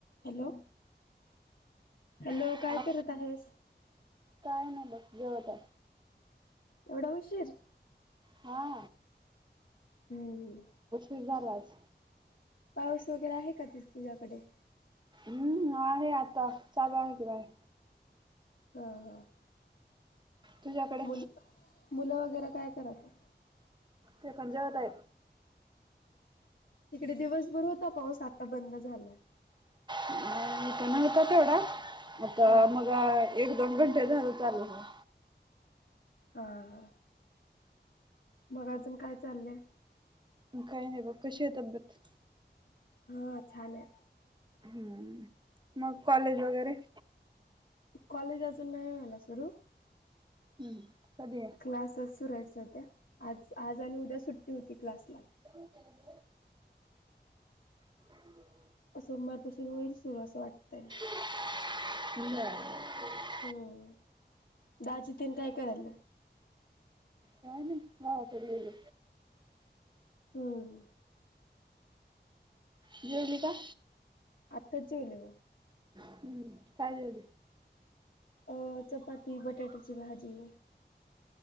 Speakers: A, on the left; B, on the right.
A: Hello! Hello
B: आ
A: काय करत आहेस?
B: काय नाय बघ जेवताय
A: एवढा उशीर?
B: हा
A: हम्म हम्म
B: उशीर झाला आज
A: पाऊस वगैरे आहे, का ति तुझ्याकडे?
B: हम्म आहे आता चालू आहे की बाहेर
A: हा हा
B: तुझ्याकडे?
A: मुलं मुलं वगैरे काय करायच?
B: ते पण जेवत आहेत.
A: तिकडे दिवसभर होता पाऊस, आता बंद झालाय
B: अ इथे नव्हता तेवढा आता
A: हा
B: मगा एक दोन घंटे झालं चालू होऊन.
A: हां हां मग अजून काय चाललंय?
B: काही नाही बा कशी आहे तब्येत.
A: हा छान आहे.
B: हम्म मग कॉलेज वगैरे.
A: कॉलेजाचून नाही व्हाला सुरू
B: हम्म कधी आहे?
A: क्लासेस सुरू आहेचे सध्या. आज आज आणि उद्या सुट्टी होती क्लासला.
B: ह. <inaudible>
A: सोमवारपासून होईल सुरू असं वाटतय.
B: नाही.
A: हम्म दाजिितन काय करायल.
B: काय नाही वाव ब गली.
A: हम्म.
B: जेवल का.
A: आत्ताच जेवले.
B: हम्म कायलेते.
A: अ चपाती बटाट्याची भाजी.